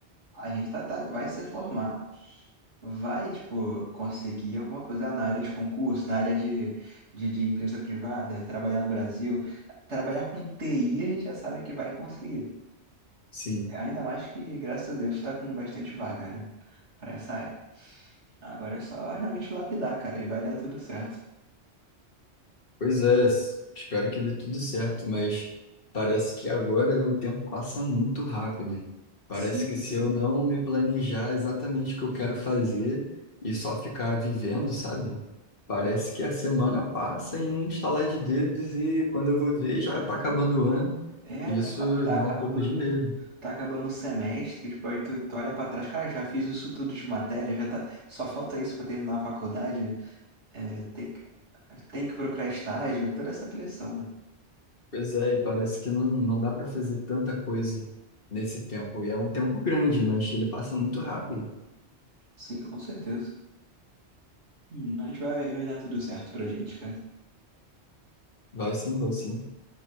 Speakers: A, on the right; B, on the left.
A: a gente tá, tá- vai se formar, vai, tipo, conseguir alguma coisa na área de concurso, na área de, de, de empresa privada, trabalhar no Brasil. Trabalhar com TI a gente já sabe que vai conseguir.
B: Sim.
A: Ainda mais que, graças a Deus, tá com bastante vaga, né? Pra essa área. Agora é só realmente lapidar, cara, e vai dar tudo certo.
B: Pois é, s- espero que dê tudo certo, mas parece que agora o tempo passa muito rápido. Parece
A: Sim,
B: que se
A: sim.
B: eu não me planejar exatamente o que eu quero fazer e só ficar vivendo, sabe? Parece que a semana passa em um estalar de dedos e quando eu vou ver já está acabando o ano.
A: É,
B: E
A: tá,
B: isso
A: aca- tá
B: dá
A: acabando,
B: um pouco de medo.
A: tá acabando o semestre, tipo, aí tu, tu olha pra trás, cara, já fiz isso tudo de matéria, já tá, só falta isso pra terminar a faculdade, é, tem que, tem que procurar estágio, toda essa pressão, né?
B: Pois é, e parece que não, não dá para fazer tanta coisa nesse tempo. E é um tempo grande, mas ele passa muito rápido.
A: Sim, com certeza. Hum, mas vai, vai dar tudo certo pra gente, cara.
B: Vai sim, vai sim.